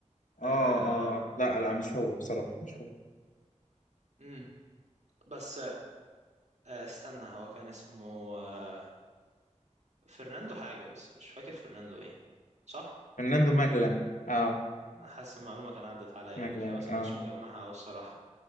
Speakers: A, on the left; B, on the right.
A: اه
B: آه
A: اه لا لا مش هو بصراحة مش هو
B: امم بس آه استنى هو كان اسمه آه فرناندو حاجة بس مش فاكر فرناندو ايه صح
A: فرناندو ماجلان اه
B: أنا حاسس المعلومة كان عدت عليا
A: ماجلان
B: قبل كده بس
A: اه
B: ما كنتش مجمعها أوي الصراحة